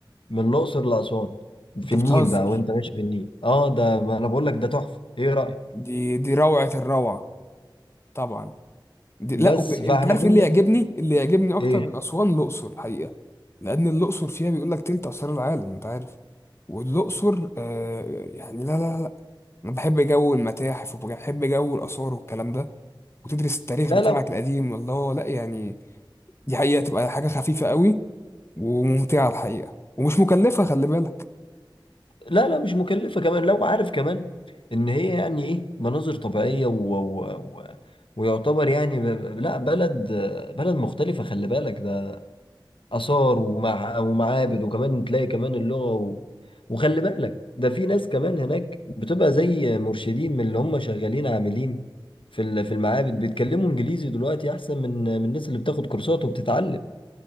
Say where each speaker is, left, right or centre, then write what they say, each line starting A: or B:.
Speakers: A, on the left; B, on the left.
A: من الأقصر لأسوان في
B: انت
A: النيل
B: بتهزر
A: بقى وأنت ماشي في النيل أه ده ما أنا بقول لك ده تحفة إيه رأيك؟
B: دي دي روعه الروعه طبعا دي
A: بس
B: لا وب... انت
A: فإحنا
B: عارف
A: كنا
B: ايه اللي يعجبني اللي يعجبني اكتر
A: إيه؟
B: من اسوان الاقصر الحقيقه لان الاقصر فيها بيقول لك تلت اسرار العالم انت عارف والاقصر آه يعني لا لا لا انا بحب جو المتاحف وبحب جو الاثار والكلام ده وتدرس التاريخ
A: لا
B: بتاعك
A: لا
B: القديم الله لا يعني دي حقيقه تبقى حاجه خفيفه قوي وممتعه الحقيقه ومش مكلفه خلي بالك
A: لا لا مش مكلفة كمان لو عارف كمان ان هي يعني ايه مناظر طبيعية و... و... و... ويعتبر يعني ب... ب- لا بلد بلد مختلفة خلي بالك ده آثار ومع... ومعابد وكمان تلاقي كمان اللغة و... وخلي بالك ده في ناس كمان هناك بتبقى زي مرشدين من اللي هم شغالين عاملين في ال- في المعابد بيتكلموا انجليزي دلوقتي احسن من من الناس اللي بتاخد كورسات وبتتعلم